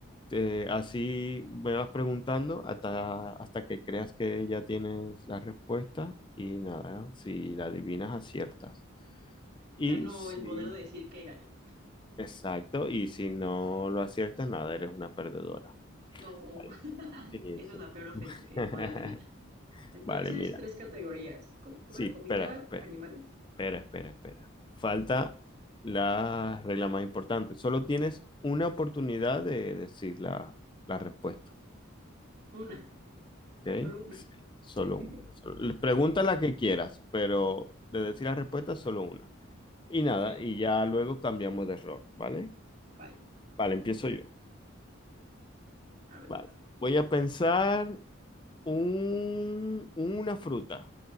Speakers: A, on the left; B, on the right.
A: te- así me vas preguntando hasta, hasta que creas que ya tienes la respuesta y nada, si la adivinas, aciertas. Y
B: Ganó
A: si
B: el poder de decir que gané.
A: Exacto, y si no lo aciertas, nada, eres una perdedora.
B: No,
A: Vale.
B: <laughs>
A: Sí, sí.
B: eso
A: sí.
B: es la peor ofensa que
A: <laughs>
B: podría tener. Entonces,
A: Vale, mira.
B: tres categorías. ¿Cómo, cómo
A: Sí,
B: era
A: espera,
B: comida,
A: espera,
B: animales?
A: espera, espera, espera. Falta la regla más importante. Solo tienes una oportunidad de decir la, la respuesta,
B: Una,
A: ¿ok?
B: solo una.
A: Sí. Solo
B: <laughs>
A: una. solo- le- Pregunta
B: Ok,
A: la que quieras, pero de decir la respuesta, solo una. Y nada,
B: ok,
A: y ya luego cambiamos de error, ¿vale?
B: vale.
A: Vale, empiezo yo.
B: A ver.
A: Vale. Voy a pensar un- una fruta,